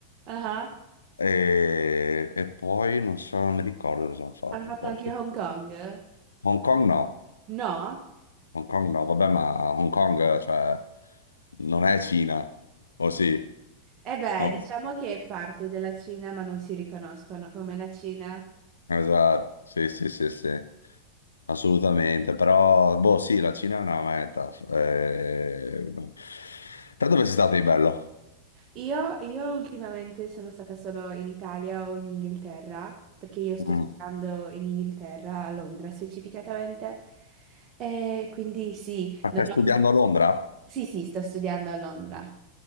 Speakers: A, on the right (about 30°); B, on the left (about 75°).
A: Ah,
B: e, e poi non so, non mi ricordo cosa hanno fatto.
A: Hanno fatto
B: Poi.
A: anche Hong Kong?
B: Hong Kong no,
A: No?
B: Hong Kong no, vabbè, ma Hong Kong, cioè, non è Cina, o sì?
A: E beh,
B: No.
A: diciamo che è parte della Cina, ma non si riconoscono come la Cina.
B: Esatto, sì, sì, sì, sì, assolutamente, però, boh, sì, la Cina è una meta. Eh... Te dove sei stato di bello?
A: Io, io ultimamente sono stata solo in Italia o in Inghilterra, perché io sto
B: Mm.
A: studiando in Inghilterra, a Londra specificatamente, e quindi sì,
B: Ma
A: non
B: stai
A: ho-
B: studiando a Londra?
A: sì, sì, sto studiando a Londra.